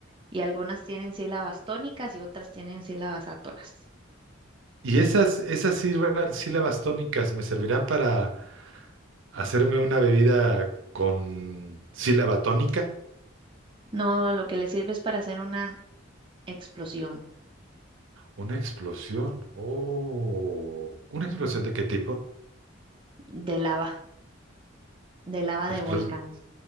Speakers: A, on the right; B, on the right.
A: Y algunas tienen sílabas tónicas y otras tienen sílabas átonas.
B: Y esas, esas sílva- sílabas tónicas me servirán para hacerme una bebida con sílaba tónica.
A: No, lo que le sirve es para hacer una explosión
B: Una explosión. Oh, ¿una
A: ujú,
B: explosión de qué tipo?
A: de lava, de lava
B: Explos-
A: de volcán.